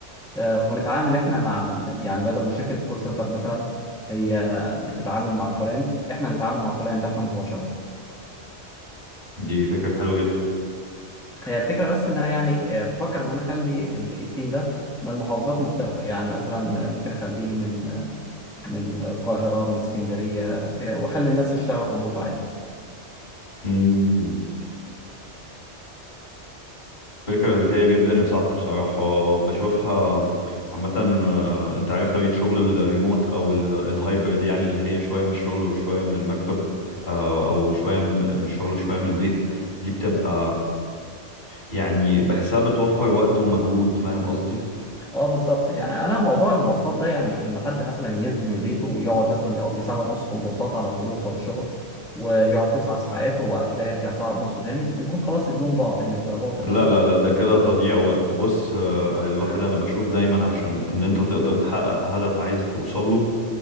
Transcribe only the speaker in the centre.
آه، ونتعامل احنا مع يعني بدل ما شركه الكول سنتر مثلا هي بتتعامل مع الكلاينت احنا نتعامل مع الكلاينت احنا مباشره
هي الفكرة بس إن أنا يعني آه، بفكر إن أنا أخلي ال- التيم ده من محافظات مختلفة يعني مثلا آه، ممكن أخليه من آه، من القاهرة من اسكندرية آه، وأخلي الناس تشتغل ريموت عادي
اه بالظبط يعني انا موضوع المواصلات ده يعني ان حد مثلا ينزل من بيته ويقعد مثلا يقضي ساعه ونص في المواصلات على ما يوصل الشغل ويقعد تسع ساعات وبعد كده يرجع ساعه ونص تاني بيكون خلاص اليوم ضاع بالنسبه له هو مبقاش
قادر.